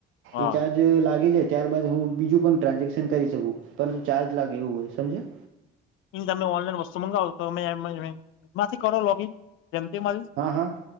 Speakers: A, on the left; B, on the right.
A: હા
B: એ ચાર્જ જ લાગી જાય ત્યારબાદ હું બીજું પણ ટ્રાન્ઝેક્શન કરી શકું. પરંતુ ચાર્જ લાગે એવું હોય સમજ્યા?
A: એમ તમે ઓનલાઈન વસ્તુ મગાવો તો તમે માંથી કરો લોગીન જેમ પે માંથી?
B: હા હા.